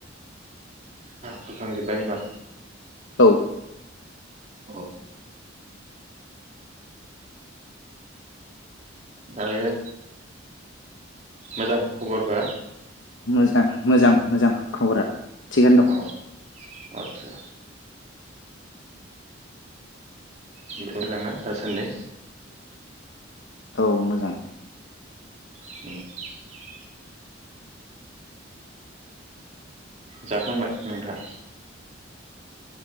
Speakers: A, on the right; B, on the left.
A: फोखां जोबबाय होमबा
B: औ।
A: औ। आरो मोजां खबरफ्रा?
B: मोजां मोजां मोजां खबरा। थिगानो दं।
A: अ आदसा। आमफ्राय मोजां ना दासान्दि?
B: दं औ मोजां।
A: <unintelligible> जाखांबाय नोंथां?